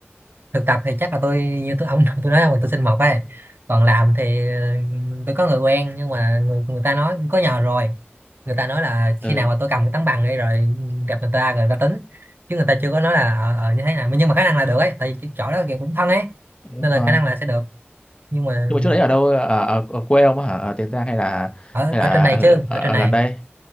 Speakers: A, on the right (about 60°); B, on the left (about 25°).
A: thực tập thì chắc là tôi như tôi ông tôi nói là tôi xin mộc ấy còn làm thì ờ, tôi có người quen nhưng mà người người ta nói có nhờ rồi người ta nói là khi
B: ừ
A: nào mà tôi cầm cái tấm bằng đi rồi gặp người ta rồi người ta tính chứ người ta chưa có nói là ở ờ như thế nào nhưng mà khả năng là được ấy tại vì cái chỗ đó kiểu cũng thân ấy
B: đúng
A: nên là
B: rồi
A: khả năng là sẽ được nhưng mà
B: nhưng mà chỗ đấy ở đâu ở, ở, ở quê ông á hả ở Tiền Giang hay là
A: ở
B: hay
A: ở
B: là
A: trên này
B: ở,
A: chứ
B: ở,
A: ở
B: ở
A: trên này
B: gần đây